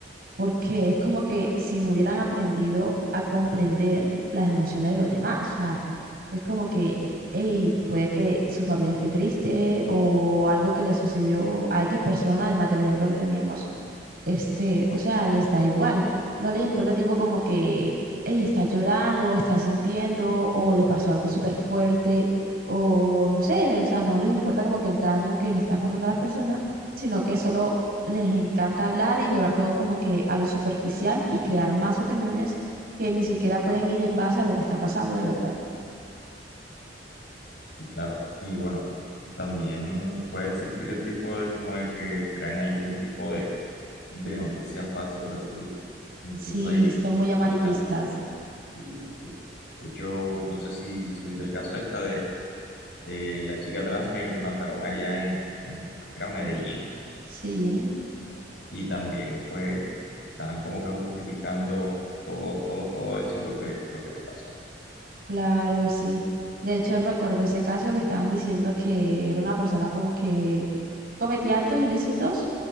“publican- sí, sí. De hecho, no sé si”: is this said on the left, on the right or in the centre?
Left